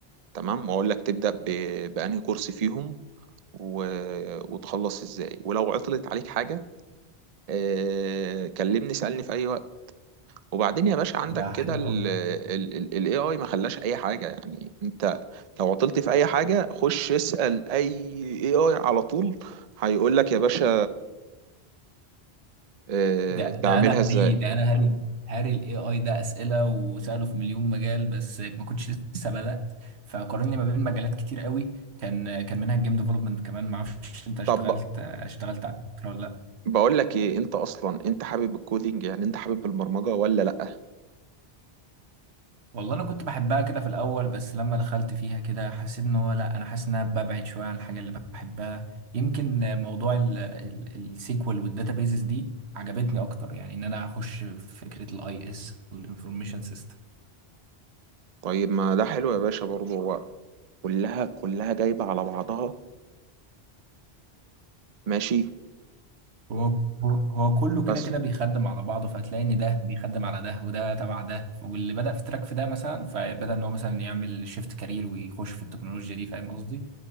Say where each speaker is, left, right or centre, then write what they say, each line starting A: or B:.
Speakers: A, on the right (about 45°); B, on the right (about 85°).
A: تمام واقول لك تبدا ب... بانهي كورس فيهم و... وتخلص ازاي ولو عطلت عليك حاجه آه، كلمني سألني في اي وقت وبعدين يا باشا عندك
B: ده
A: كده
B: حلو
A: ال
B: قوي
A: ال ال ال AI ما خلاش اي حاجة يعني انت لو عطلت في اي حاجة خش اسأل اي AI على طول هيقول لك يا باشا اه
B: ده
A: تعملها
B: ده انا
A: ازاي
B: هري ده انا هري هاري الاي اي ده اسئله وساله في مليون مجال بس ما كنتش لسه بدات فقارني ما بين مجالات كتير قوي كان كان منها الجيم ديفلوبمنت كمان ما اعرفش انت اشتغلت
A: طب
B: اشتغلت على فكره ولا لا
A: بقول لك ايه انت اصلا انت حابب الكودينج يعني انت حابب البرمجة ولا لا
B: والله انا كنت بحبها كده في الاول بس لما دخلت فيها كده حسيت ان هو لا انا حاسس ان انا ببعد شويه عن الحاجه اللي بحبها يمكن موضوع ال- ال- السيكوال والداتابيزز دي عجبتني اكتر يعني ان انا اخش في فكره الاي اس والانفورميشن سيستم
A: طيب ما ده حلو يا باشا برضه هو كلها كلها جايبة على بعضها ماشي
B: هو هو هو كله كده
A: بس
B: كده بيخدم على بعضه فهتلاقي ان ده بيخدم على ده وده تبع ده واللي بدأ في تراك في ده مثلا فبدأ ان هو مثلا يعمل شيفت كارير ويخش في التكنولوجيا دي فاهم قصدي